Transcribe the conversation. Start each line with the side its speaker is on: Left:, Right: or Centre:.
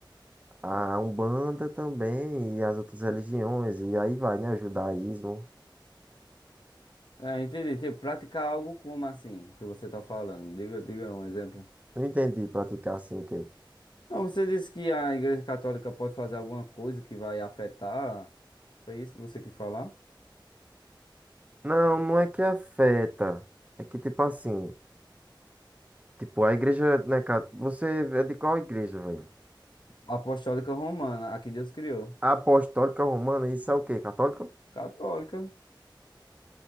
Right: A Umbanda também, e as outras religiões, e aí vai, né? O judaísmo.
Left: É, entendi. Tipo, praticar algo como assim, que você tá falando. Diga, diga um exemplo.
Right: Não entendi praticar assim o quê?
Left: Não, você disse que a Igreja Católica pode fazer alguma coisa que vai afetar. Foi isso que você quis falar?
Right: Não, não é que afeta. É que tipo assim, tipo, a igreja, né, cara? Você é de qual igreja, velho?
Left: Apostólica Romana, a que Deus criou.
Right: Apostólica Romana, isso é o quê? Católica?
Left: Católica.